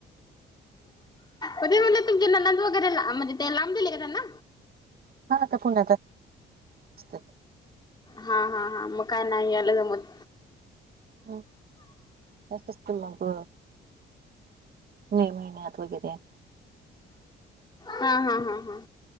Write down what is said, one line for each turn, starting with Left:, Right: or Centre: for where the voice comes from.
Left: तरी म्हणले तुमचे ननंद वगैरे, म्हणजे ते लांब दिले काय त्यांना?
Right: हा त्या पुण्याते. असतात.
Left: हा हा हा मग काय नाही यायला जमत.
Right: हम्म, असतास की मग मे महिन्यात वगैरे
Left: हा हा हा हा.